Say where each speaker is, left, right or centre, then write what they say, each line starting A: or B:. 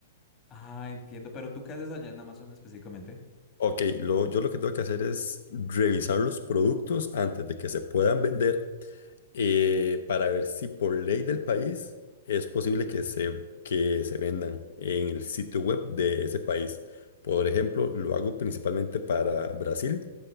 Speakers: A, on the left; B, on the left.
A: Ah, entiendo. Pero ¿tú qué haces allá en Amazon específicamente?
B: Ok, lo, yo lo que tengo que hacer es revisar los productos antes de que se puedan vender eh, para ver si por ley del país es posible que se, que se vendan en el sitio web de ese país. Por ejemplo, lo hago principalmente para Brasil,